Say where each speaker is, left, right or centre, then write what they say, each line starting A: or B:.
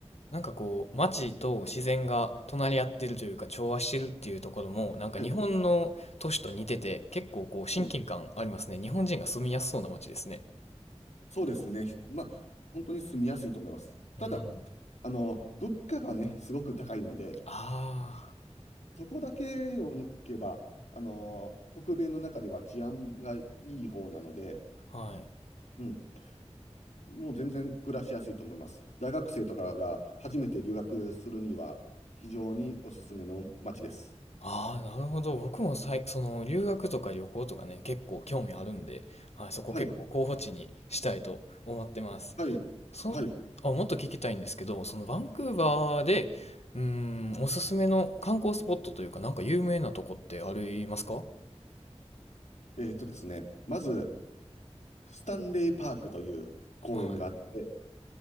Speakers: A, on the left; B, on the left.
A: なんかこう、街と自然が隣り合ってるというか、調和してるっていうところも、なんか日本の都市と似てて、
B: はい。
A: 結構こう、親近感ありますね。
B: はい
A: 日本人が住みやすそうな街ですね。
B: そうですね。まあ、本当に住みやすいと思います。ただ、
A: うん。
B: あのー物価がね、すごく高いので、
A: あ
B: そこだけを抜けば、あのー北米の中では治安がいい方なので、
A: あ、はい。
B: うん、もう全然暮らしやすいと思います。大学生とかが初めて留学するには、非常におすすめの街です。
A: ああ、なるほど。僕もさい、その留学とか旅行とかね、結構興味あるんで、はい、そこ結構候補地にしたいと思ってます。
B: はい。はい。
A: その、
B: はい。
A: あ、もっと聞きたいんですけど、そのバンクーバーで、うーん、おすすめの観光スポットというか、なんか有名なとこってありますか
B: えーっとですね、まず、スタンレーパークという公園があって、
A: は